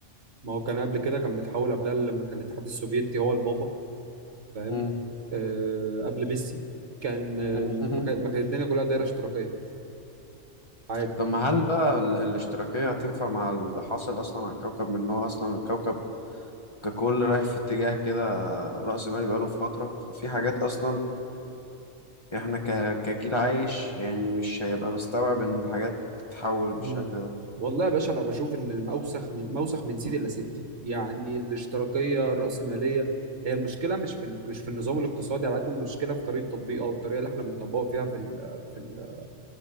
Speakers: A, on the right; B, on the left.
A: ما هو كان قبل كده كان متحول قبلها لما كان الاتحاد السوفيتي هو البابا فاهم
B: مم.
A: آه قبل ميسي كان آه،
B: <laughs>
A: ما كان- ما كانت الدنيا كلها دايره اشتراكيه عادي
B: طب ما هل بقى ال- الاشتراكية هتنفع مع اللي حاصل أصلا على الكوكب من إن هو أصلا الكوكب ككل رايح في اتجاه كده رأسمالي بقاله فترة ففي حاجات أصلا احنا ك... كجيل عايش يعني مش هيبقى مستوعب ان الحاجات تتحول بالشكل
A: مم.
B: ده
A: والله يا باشا انا بشوف ان ما اوسخ من ما اوسخ من سيدي الا ستي يعني الاشتراكيه الراسماليه هي المشكله مش في ال- مش في النظام الاقتصادي على قد ما المشكله في طريقه تطبيقه او الطريقه اللي احنا بنطبقه فيها في ال- في ال-